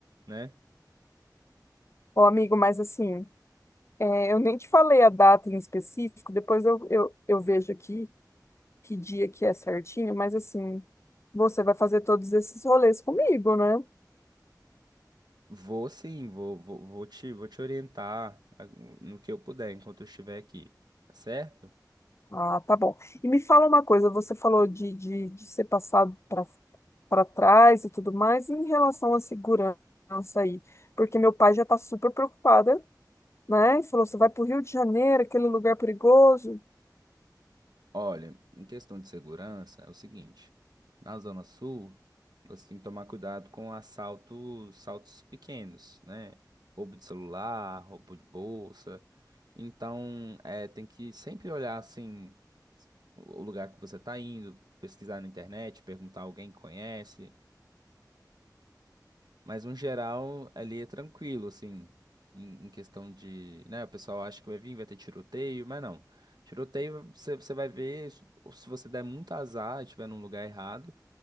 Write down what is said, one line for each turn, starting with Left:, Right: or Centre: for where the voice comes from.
Right: né?
Left: Ô, amigo, mas assim, é, eu nem te falei a data em específico, depois eu, eu, eu vejo aqui que dia que é certinho, mas assim, você vai fazer todos esses rolês comigo, né?
Right: Vou sim, vou, vou, vou te, vou te orientar ah, no que eu puder enquanto eu estiver aqui, tá certo?
Left: Ah, tá bom. E me fala uma coisa, você falou de, de, de ser passado para para trás e tudo mais, e em relação à segurança aí, porque meu pai já está super preocupada, né? E falou, você vai para o Rio de Janeiro, aquele lugar perigoso.
Right: Olha, em questão de segurança, é o seguinte: na Zona Sul, você tem que tomar cuidado com assaltos, assaltos pequenos, né? Roubo de celular, roubo de bolsa. Então, é, tem que sempre olhar assim o lugar que você está indo, pesquisar na internet, perguntar a alguém que conhece. Mas, no geral, ali é tranquilo, assim, em, em questão de, né, o pessoal acha que vai vir, vai ter tiroteio, mas não. Tiroteio, você você vai ver se se você der muito azar, estiver num lugar errado,